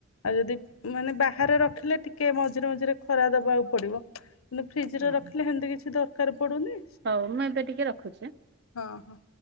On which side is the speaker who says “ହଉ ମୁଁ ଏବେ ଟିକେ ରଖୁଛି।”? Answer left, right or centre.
Right